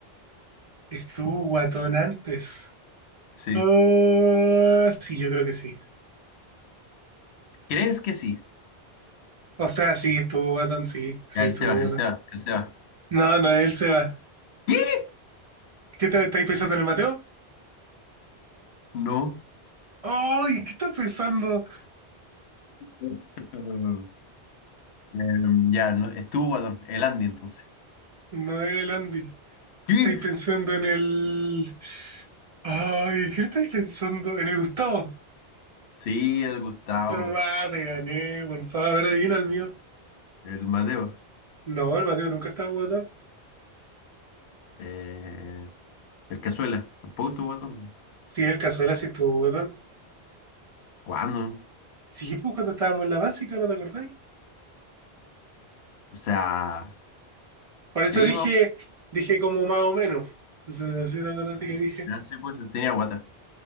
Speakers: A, on the right (about 45°); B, on the left (about 80°).
A: Estuvo guatón antes.
B: Sí.
A: Oh, sí, yo creo que sí.
B: ¿Crees que sí?
A: O sea, sí, estuvo guatón, sí, sí,
B: Ya,
A: estuvo
B: el Seba,
A: guatón.
B: el Seba, el Seba.
A: No, Noel se va.
B: ¿Qué?
A: ¿Qué te, estáis pensando en el Mateo?
B: No.
A: ¡Ay! ¿Qué estás pensando?
B: <laughs> Em, ya, no, estuvo guatón. El Andy, entonces.
A: Noel, Andy.
B: ¿Qué?
A: ¿Estáis pensando en el. ¡Ay! ¿Qué estáis pensando? ¿En el Gustavo?
B: Sí, el Gustavo.
A: Tomá, te gané, por favor, adivina el mío.
B: El Madeo,
A: No, el Mateo nunca estaba guatón.
B: eh, el Cazuela, tampoco estuvo guatón.
A: Sí, el Cazuela sí estuvo guatón.
B: ¿Cuándo?
A: Sí, pues cuando estábamos en la básica, ¿no te acordáis?
B: O sea,
A: Por
B: sí,
A: eso dije,
B: vamos,
A: dije como más o menos. Entonces, no sé si te acordaste que dije.
B: ya sí, pues tenía guata.